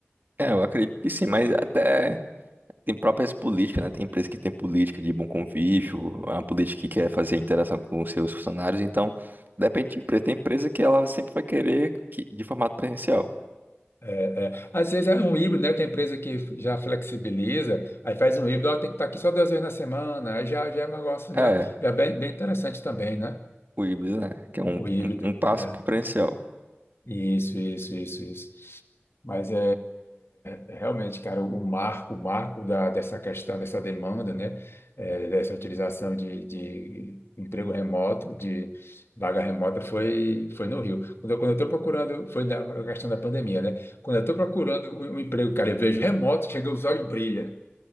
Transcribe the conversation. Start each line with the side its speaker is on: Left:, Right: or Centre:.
Right: É, eu acredito que sim, mas até tem próprias políticas, né? Tem empresa que tem política de bom convívio, uma política que quer fazer interação com os seus funcionários, então depende de empresa. Tem empresa que ela sempre vai querer que, de formato presencial.
Left: É, é. Às vezes é um híbrido, né? Tem empresa que já flexibiliza, aí faz um híbrido, ela tem que estar aqui só duas vezes na semana, aí já, já é um negócio
Right: É,
Left: já, já é bem, bem interessante também, né?
Right: o híbrido, né? Que é um,
Left: O
Right: um,
Left: híbrido.
Right: um passo
Left: é.
Right: pro presencial.
Left: Isso, isso, isso, isso. Mas é, é- é realmente, cara, o marco, o marco da, dessa questão, dessa demanda, né? é, dessa utilização de, de emprego remoto, de vaga remota, foi, foi no Rio. Quando eu, quando eu estou procurando, foi na questão da pandemia, né? Quando eu estou procurando um, um emprego, cara, eu vejo remoto, chega os olhos brilha.